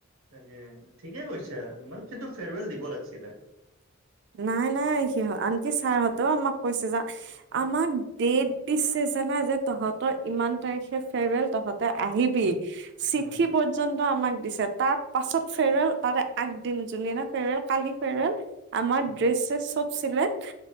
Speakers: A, on the right; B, on the right.
A: তাকে ঠিকে কৈছা। মানে কিন্তু ফেৰৱেল দিব লাগিছিলে।
B: নাই-নাই সিহঁ আনকি ছাৰ হঁতেও আমাক কৈছে যে, আমাক দেট দিছে জানা যে তহঁতৰ ইমান তাৰিখে ফেৰৱেল তহঁতে আহিবি। চিঠি
A: উম,
B: প- ৰ যোনটো আমাক দিছে তাৰ পাছত ফেৰৱেল তাৰে আগদিন যোন দিনা ফেৰৱেল কালি ফেৰৱেল- আমাৰ
A: উম,
B: ড্ৰেচ চেচ চব চিলেক্ট